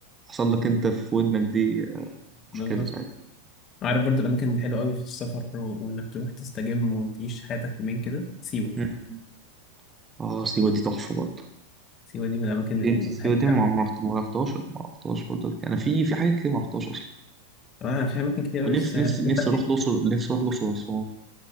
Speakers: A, on the right; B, on the left.
A: حصل لك انت في ودنك دي
B: بالظبط
A: مشكلة ساعتها
B: عارف برضو الاماكن الحلوه قوي في السفر و- وانك تروح تستجم وتعيش حياتك يومين كده سيوه
A: مم. اه سيوة دي تحفة برضه
B: سيوه دي من الاماكن الهاديه
A: انت سيوة دي ما
B: قوي
A: ما رحت- ما رحتهاش ما رحتهاش برضه قبل كده. انا في في حاجات كتير ما رحتهاش اصلا
B: انا في اماكن كتير قوي
A: ونفسي
B: بس طب
A: نفسي نفسي
B: انت
A: اروح
B: ايه
A: الاقصر نفسي اروح الاقصر واسوان